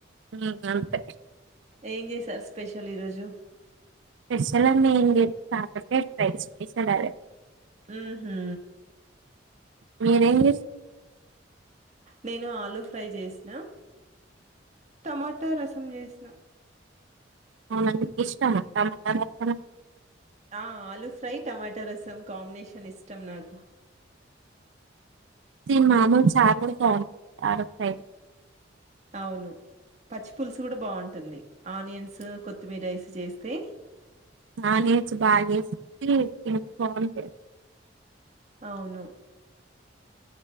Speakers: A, on the right; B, on the right.
A: ఉమ్మ్ అంతే
B: ఏం చేశారు స్పెషల్ ఈరోజు
A: స్పెషల్ అనేం లేదు కాకరకాయ్ ఫ్రై చేసడారు
B: మ్మ్ హూ
A: మీరేంచేస్
B: నేను ఆలూ ఫ్రై చేసిన మాటా రసం చేసిన
A: అవునా మీకు ఇష్టమా టమాటా <unintelligible>
B: ఆ ఆలూ ఫ్రై టమాటా రసం కాంబినేషన్ ఇష్టం నాకు
A: కి మామూలు చార్ కూడ బాన్ చారొత్తై
B: అవును పచ్చి పులుసు కూడా బావుంటుంది ఆనియన్స్ కొత్తిమీరైస్ సి చేస్తే
A: ఆనియన్స్ బాగాసి <inaudible> బావుంటాయి
B: అవును